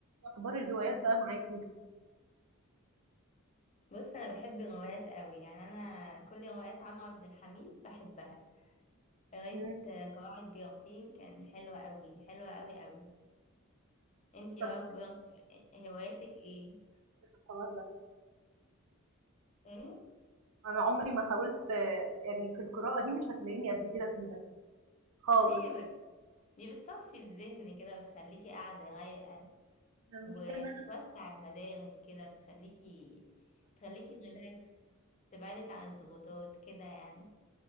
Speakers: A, on the right; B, on the left.
A: أخبار الهوايات بقى معاكِ؟
B: بص انا بحب الروايات قوي يعني انا كل روايات عمرو عبد الحميد بحبها قريت
A: إمم،
B: آه، قواعد جيرتين كان حلوة قوي حلوة قوي قوي انتي
A: طَب
B: ايه اخبار هواياتك ايه
A: الحوار ده،
B: ايه
A: أنا عمري ما حاولت آه، يعني في القراءة دي مش هتلاقيني قد كده فيها خالص،
B: ليه بقى دي بتصفي الذهن كده وتخليكي قاعدة رايقة
A: أنا المشكلة
B: وبتوسع
A: إن أنا
B: المدارك كده بتخليكي بتخليكي ريلاكس تبعدك عن الضغوطات كده يعني